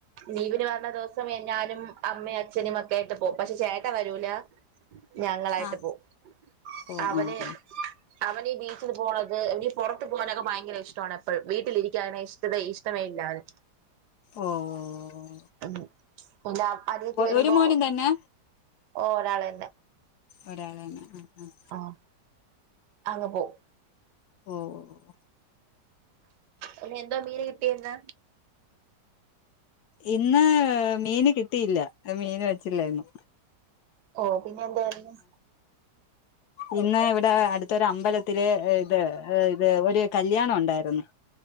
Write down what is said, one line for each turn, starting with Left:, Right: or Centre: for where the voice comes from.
Right: ലീവിന് വരണ ദിവസം ഞാനും അമ്മയും അച്ഛനും ഒക്കെ ആയിട്ട് പോകും പക്ഷെ ചേട്ട വരൂല ഞങ്ങളായ്ട്ട്
Left: ആ
Right: പോവും
Left: ഓ
Right: അവന്
Left: ആ ആ
Right: അവനീ ബീച്ചിൽ പോണെത് അവനി പൊറത്ത് പോകാനൊക്കെ ഭയങ്കര ഇഷ്ടവാണ് എപ്പഴും വീട്ട്ലിരിക്കാണേഷ് തതേ ഇഷ്ടമേ ഇല്ലാ അവന്
Left: ഓഹ്
Right: ഉം ന്താ അനിയെത്തി വെര്മ്പോ
Left: ഒരു മോനും തന്നെ
Right: ഓഹ് ഒരാളെന്നെ
Left: ഒരാളാണ് ആഹ് ആഹ്
Right: ആഹ് അപ്പ പോവും
Left: ഓഹ്
Right: ഇന്നെന്തോ മീന് കിട്ടിയെത്
Left: ഇന്ന് മീന് കിട്ടിയില്ല മീന് വെച്ചില്ലായ്ര്ന്നു
Right: ഓഹ് പിന്നെ എന്തേയ്ര്ന്ന്
Left: ഇന്ന് വ്ടെ അട്ത്തൊര് അമ്പലത്തില് ത് ഏഹ് ഇത് ഒര് കല്ല്യാണം ഒണ്ടായ്ര്ന്ന്